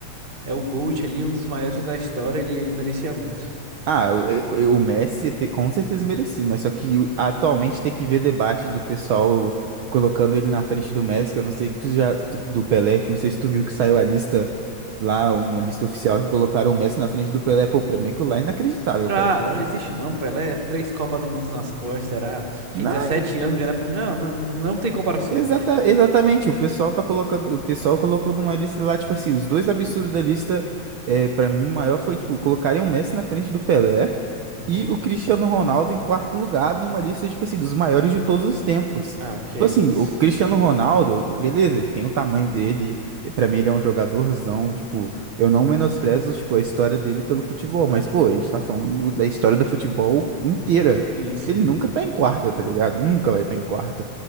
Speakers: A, on the right; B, on the right.
A: é o GOAT ali, um dos maiores da história. Ele, ele merecia muito.
B: Ah, o eh, o Messi com certeza merecia, mas só que o- atualmente tem que ver debate do pessoal colocando ele na frente do Messi, que eu não sei que tu já tu- do Pelé, que não sei se tu viu que saiu a lista lá, uma lista oficial que colocaram o Messi na frente do Pelé. Pô, pra mim aquilo lá é inacreditável,
A: Ah,
B: cara.
A: não existe não, Pelé, três Copas do Mundo nas costas, era... tinha
B: Não,
A: 17 anos ganhando a primeira, não, não, não tem comparação.
B: Exata, exatamente, o pessoal tá colocando, o pessoal colocou numa lista lá, tipo assim, os dois absurdos da lista, é, para mim, maior foi, tipo, colocarem o Messi na frente do Pelé
A: Justo.
B: e o Cristiano Ronaldo em quarto lugar numa lista, tipo assim, dos maiores de todos os tempos.
A: Ah, que
B: Tipo
A: é
B: assim,
A: isso.
B: o Cristiano Ronaldo, beleza, ele tem o tamanho dele, e pra mim ele é um jogadorzão, tipo, eu não menosprezo, tipo, a história dele pelo futebol, mas, pô, a gente tá falando da história do futebol inteira.
A: Sim, sim.
B: Ele nunca tá em quarto, tá ligado? Nunca vai estar em quarto.